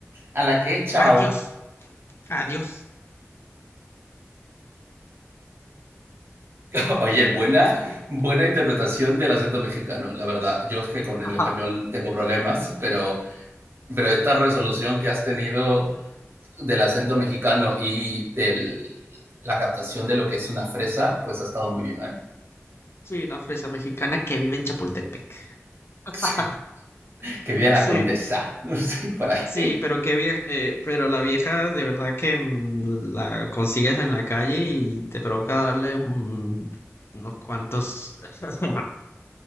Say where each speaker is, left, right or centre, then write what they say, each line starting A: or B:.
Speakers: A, on the right; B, on the left.
A: ¿A la qué? Chao.
B: Adiós. Adiós.
A: <laughs> Oye, buena, buena
B: <laughs>
A: interpretación del acento mexicano, la verdad. Yo es que con el
B: Ajá.
A: español tengo problemas, pero, pero esta resolución que has tenido del acento mexicano y de la captación de lo que es una fresa, pues ha estado muy bien, ¿eh?
B: Sí, la fresa mexicana que vive en Chapultepec. <laughs>
A: <laughs> Sí. Que viene
B: Sí,
A: la condesa, <laughs> sí, por ahí.
B: sí, pero qué vieja, eh, pero la vieja de verdad que mm, la consigues en la calle y te provoca darle un- unos cuantos. <laughs>